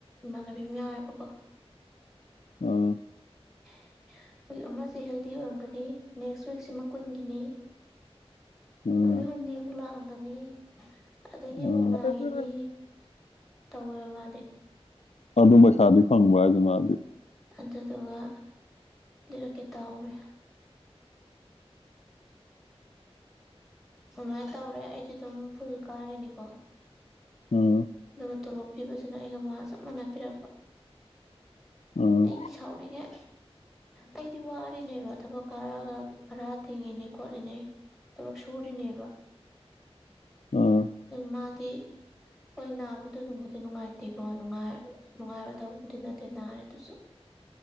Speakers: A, in the centre; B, on the left.
A: ꯏꯃꯥꯟꯅꯕꯤ ꯑꯃ ꯌꯥꯎꯋꯦꯕꯀꯣ
B: ꯑꯥ
A: <unintelligible> ꯋꯤꯛ ꯑꯃ ꯍꯦꯜꯗꯤ ꯑꯣꯏꯔꯝꯒꯅꯤ ꯅꯦꯛꯁ ꯋꯤꯛꯁꯤꯃꯛ ꯀꯨꯟꯒꯤꯅꯦ
B: ꯑꯥ
A: ꯑꯗꯨ ꯍꯣꯅꯤ ꯂ ꯃꯅꯤ ꯑꯗꯒꯤ
B: ꯑꯥ
A: ꯑꯃꯨꯛꯅꯥꯒꯤꯅꯤ ꯇꯧꯋꯦꯕ ꯃꯥꯗꯤ
B: ꯑꯗꯨ ꯄꯩꯁꯥꯗꯤ ꯐꯪꯕ꯭ꯔ ꯍꯥꯏꯁꯦ ꯃꯥꯗꯤ
A: ꯑꯗꯨꯗꯨꯒ ꯂꯤꯔꯛꯀꯦ ꯇꯥꯎꯃꯦ ꯑꯗꯨꯃꯥꯏꯅ ꯇꯧꯔꯦ ꯑꯩꯗꯤ ꯑꯗꯨꯝ ꯐꯨꯜ ꯀꯥꯔꯤꯅꯤꯀꯣ
B: ꯑꯥ
A: ꯑꯗꯨꯒ ꯇꯣꯂꯣꯞ ꯄꯤꯕꯁꯤꯅ ꯑꯩꯒ ꯃꯥ ꯆꯞ ꯃꯥꯟꯅ ꯄꯤꯔꯛꯄ
B: ꯑꯥ
A: ꯑꯩ ꯁꯥꯎꯅꯤꯡꯉꯦ ꯑꯩꯗꯤ ꯋꯥꯔꯤꯅꯦꯕ ꯊꯕꯛ ꯀꯥꯔꯛꯒ ꯈꯔ ꯇꯤꯡꯉꯤꯅꯤ ꯈꯣꯠꯂꯤꯅꯤ ꯊꯕ ꯁꯨꯔꯤꯅꯦꯕ
B: ꯑꯥ
A: ꯃꯥꯗꯤ ꯍꯣꯏ ꯅꯥꯕꯗ ꯅꯨꯡꯕꯨꯗꯤ ꯅꯨꯡꯉꯥꯏꯇꯦꯀꯣ ꯅꯨꯡꯉꯥꯏ ꯅꯨꯡꯉꯥꯏꯕ ꯇꯕꯨꯕꯨꯗꯤ ꯅꯠꯇ ꯅꯥꯔꯦ ꯇꯁꯨ